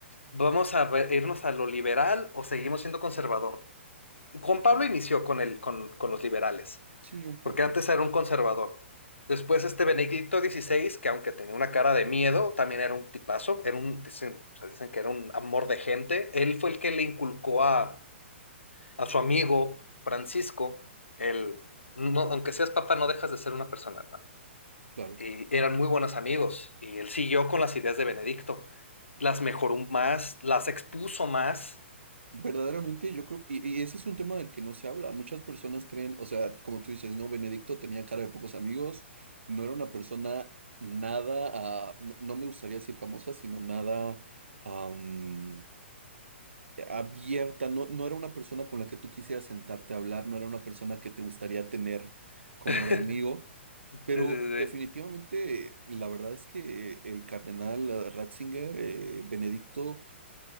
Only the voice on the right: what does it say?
claro.
Sí, un
poco.
Claro.
Verdaderamente, yo creo que, y, y ese es un tema del que no se habla. Muchas personas creen, o sea, como tú dices, ¿no? Benedicto tenía cara de pocos amigos, no era una persona nada, ah, n- no me gustaría decir famosa, sino nada am, abierta, no, no era una persona con la que tú quisieras sentarte a hablar, no era una persona que te gustaría tener como
de amigo.
Pero
definitivamente, la verdad es que el cardenal eh, Ratzinger, eh, Benedicto,